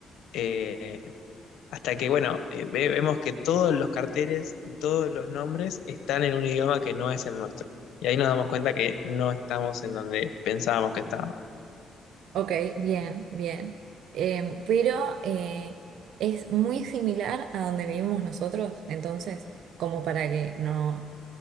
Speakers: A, on the left; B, on the right.
A: Eh, hasta que, bueno, eh, ve- vemos que todos los carteles y todos los nombres están en un idioma que no es el nuestro. Y ahí nos damos cuenta que no estamos en donde pensábamos que estábamos.
B: Ok, bien, bien. Eh, pero eh, es muy similar a donde vivimos nosotros, entonces, como para que no,